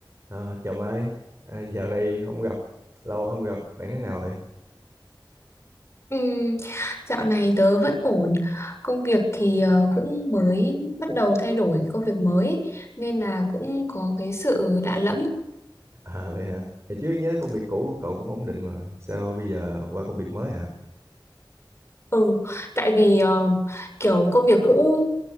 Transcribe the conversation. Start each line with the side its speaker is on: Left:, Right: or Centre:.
Right: Ờ, chào Mai, à, dạo này không gặp, lâu không gặp, bạn thế nào vậy?
Left: Ừm, dạo này tớ vẫn ổn. Công việc thì ờ, cũng mới bắt đầu thay đổi công việc mới ấy, nên là cũng có cái sự lạ lẫm.
Right: À vậy hả? Thì trước nhớ công việc cũ của cậu cũng ổn định mà, sao bây giờ qua công việc mới hả?
Left: Ừ, tại vì ờ, kiểu công việc cũ